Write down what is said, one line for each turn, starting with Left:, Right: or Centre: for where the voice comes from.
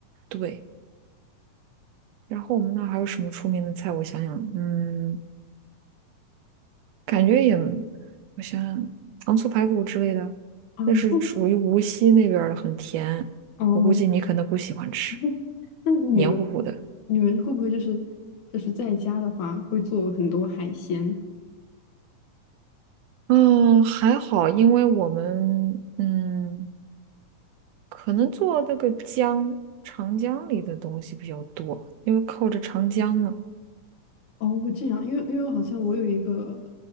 Right: 对，然后我们那儿还有什么出名的菜？我想想，嗯，感觉也，我想想，糖醋排骨之类的，
Left: 啊，
Right: 那是属于无锡那边儿的，
Left: 那
Right: 很甜，
Left: 哦，
Right: 我估计你可能不喜欢吃，
Left: 那那你们
Right: 黏糊糊的。
Left: 你们会不会就是就是在家的话会做很多海鲜，
Right: 嗯，还好，因为我们嗯，可能做那个江长江里的东西比较多，因为靠着长江呢。
Left: 哦，这样，因为因为好像我有一个